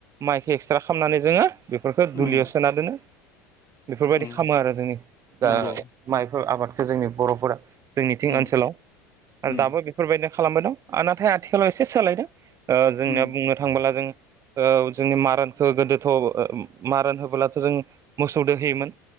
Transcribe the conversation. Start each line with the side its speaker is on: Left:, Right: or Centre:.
Right: माइखौ एक्सट्रा खालामामनानै जोङो बेफोरखौ
Left: ऊम,
Right: दुलियाव सोना दोनो बेफोरबायदि
Left: ऊम,
Right: खालामो आरो जोंनि दा
Left: नंगौ।
Right: बेफोर आबादखौ जोंनि बर'फोरा जोंनिथिं
Left: ऊम,
Right: ओनसोलाव
Left: ऊम,
Right: आरो दाबो बेफोरबायदिनो खालामबाय दं आरो नाथाय आथिखालाव एसे सोलायदों ओ जोंनिया
Left: ऊम,
Right: बुंनो थांबोला जों ओ जोंनि मारानखौ गोदोथ' मारान होबोलाथ' जों मोसौ दो होयोमोन